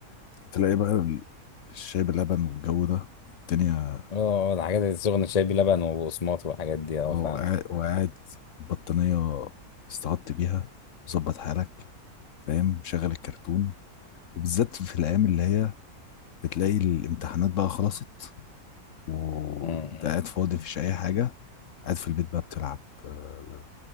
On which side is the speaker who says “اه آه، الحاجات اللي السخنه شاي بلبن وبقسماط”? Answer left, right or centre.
Left